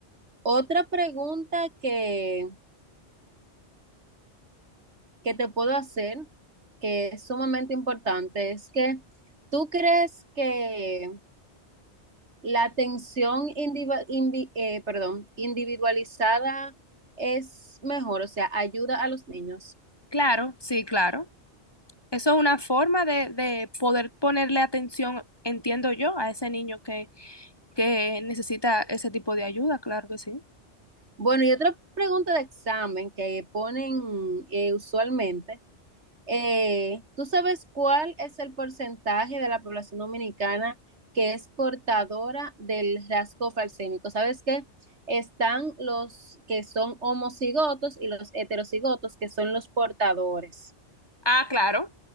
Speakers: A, on the right; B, on the left.
A: otra pregunta que, que te puedo hacer, que es sumamente importante, es que ¿tú crees que La atención individual, invi- eh, perdón, individualizada es mejor, o sea, ayuda a los niños.
B: Claro, sí, claro. Eso es una forma de, de poder ponerle atención, entiendo yo, a ese niño que, que necesita ese tipo de ayuda, claro que sí.
A: Bueno, y otra pregunta de examen que ponen eh, usualmente, eh, ¿tú sabes cuál es el porcentaje de la población dominicana que es portadora del rasgo falsémico? ¿Sabes qué? Están los que son homocigotos y los heterocigotos, que son los portadores.
B: Ah, claro.